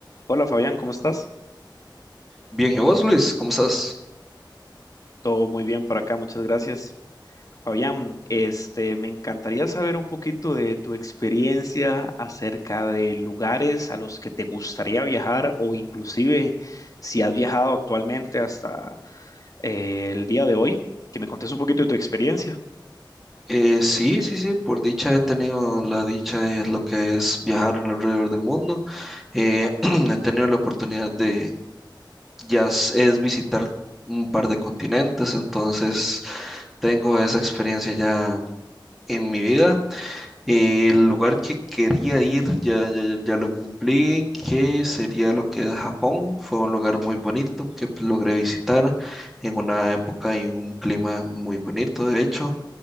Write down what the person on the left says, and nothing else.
Hola Fabián, ¿cómo estás?
Todo muy bien por acá, muchas gracias. Fabián, este, me encantaría saber un poquito de tu experiencia acerca de lugares a los que te gustaría viajar o inclusive si has viajado actualmente hasta eh, el día de hoy, que me contes un poquito de tu experiencia.